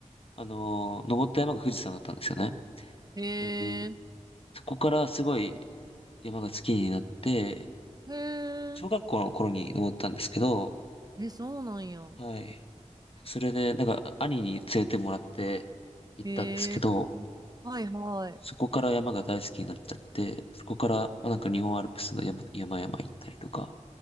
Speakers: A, on the left; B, on the right.
A: あのー登った山が富士山だったんですよね。
B: え
A: なんで、そこからすごい山が好きになって、
B: ー、へー
A: 小学校の頃に登ったんですけど、
B: え、そうなんや。
A: はい。それで、なんか兄に連れてもらって行ったんですけど、
B: へえ、はいはい。
A: そこから山が大好きになっちゃって、そこから、まあ、なんか日本アルプスの山、山々行ったりとか、